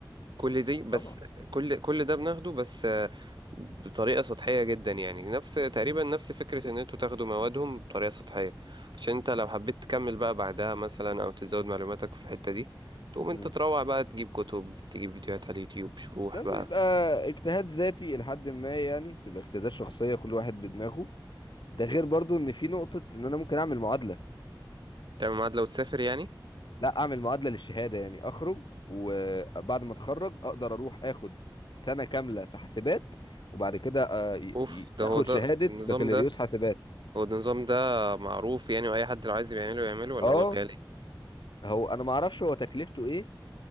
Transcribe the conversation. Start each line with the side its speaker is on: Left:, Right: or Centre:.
Right: كل دي بس
Left: طبعا
Right: كل كل ده بناخده بس آه، بطريقة سطحية جدا يعني نفس تقريبا نفس فكرة ان انتوا تاخدوا موادهم بطريقة سطحية عشان انت لو حبيت تكمل بقى بعدها مثلا او تزود معلوماتك في الحتة دي تقوم
Left: مم.
Right: انت تروح بقى تجيب كتب تجيب فيديوهات على اليوتيوب شروح
Left: ده
Right: بقى
Left: بيبقى اجتهاد ذاتي لحد ما يعني بتبقى اجتهادات شخصية كل واحد بدماغه ده غير برضو ان في نقطة ان انا ممكن اعمل معادلة
Right: تعمل ميعاد لو تسافر يعني
Left: لا اعمل معادلة للشهادة يعني اخرج وبعد ما اتخرج اقدر اروح اخد سنة كاملة في حاسبات وبعد كده آه، ي-
Right: اوف
Left: ي-
Right: ده
Left: اخد
Right: هو ده
Left: شهادة
Right: النظام
Left: بكالوريوس
Right: ده
Left: حاسبات
Right: هو ده النظام ده معروف يعني واي حد لو عايز يعمله يعمله ولا
Left: اه
Right: هو غالي
Left: هو انا ما اعرفش هو تكلفته ايه